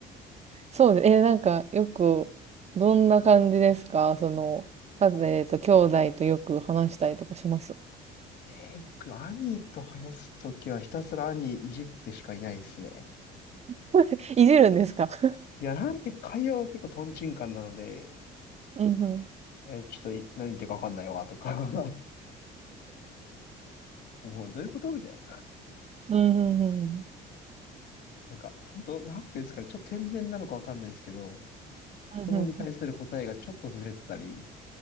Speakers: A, on the right; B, on the left.
A: そうで、えなんかよく、どんな感じですかその、かえっと兄弟とよく話したりとかします
B: ええ、僕、兄と話すときはひたすら兄いじってしかいないですね。
A: <laughs> いじるんですか <laughs>
B: いや、なんて会話が結構トンチンカンなので、
A: うんうん。
B: えーちょっとい何言ってるかわかんないわ、とか <laughs> もうどういうことみたいな。
A: うんうんうんうん。
B: なんか、本当なんていうんですかね、ちょっと天然なのかわかんないですけど、
A: うんうんうん。
B: 質問に対する答えがちょっとずれてたり、